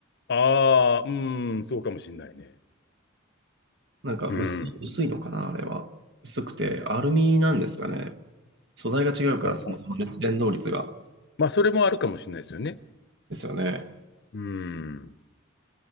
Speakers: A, on the left; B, on the right.
A: ああ、うーん、そうかもしんないね。
B: なんか薄い、
A: うん。
B: 薄いのかな、あれは。薄くて、アルミなんですかね。素材が違うから、
A: ああ、
B: そもそも熱伝導率が。
A: まあ、それもあるかもしれないですよね。
B: ですよね。
A: うん。